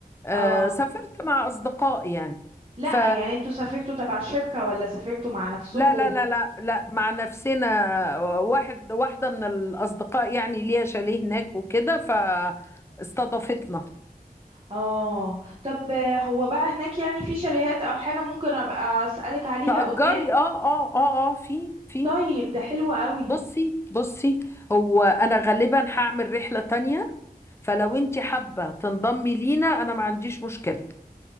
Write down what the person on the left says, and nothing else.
آه
سافرت مع اصدقاء يعني
ف
لا لا لا لا لا مع نفسنا واحد واحدة من الأصدقاء يعني ليها شاليه هناك وكده فاستضافتنا
تأجري
اه اه اه اه في في
بصي بصي هو أنا غالبا هعمل رحلة تانية فلو انت حابة تنضمي لينا أنا ما عنديش مشكلة